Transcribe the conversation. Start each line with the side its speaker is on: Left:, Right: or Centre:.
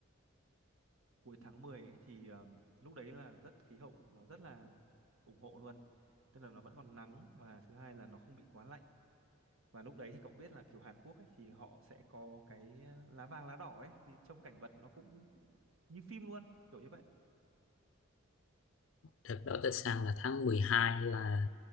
Right: cuối tháng 10 ấy thì ờ, lúc đấy là rất khí hậu nó rất là ủng hộ luôn tức là nó vẫn còn nắng và thứ hai là nó không bị quá lạnh và lúc đấy thì cậu biết là kiểu Hàn Quốc ấy thì họ sẽ có cái ờ, lá vàng lá đỏ ấy thì trông cảnh vật nó cũng như phim luôn kiểu như vậy
Left: thật đó tới sang là tháng mười hai là